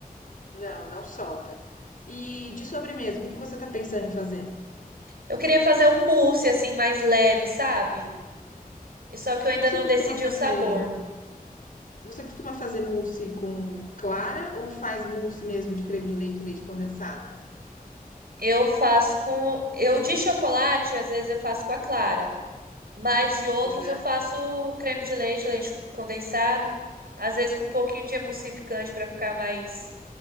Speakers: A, on the left (about 60°); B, on the right (about 75°).
A: Não, não solta. E de sobremesa, o que que você tá pensando em fazer?
B: Eu queria fazer um mousse assim mais leve, sabe? E Só que eu ainda
A: Você
B: não
A: costuma
B: decidi
A: fazer,
B: o sabor.
A: você costuma fazer mousse com clara ou faz mousse mesmo de creme de leite, e leite condensado?
B: Eu faço com. Eu de chocolate, às vezes eu faço com a clara. Mas de outros
A: Aham.
B: eu faço creme de leite, leite condensado, às vezes com um pouquinho de emulsificante para ficar mais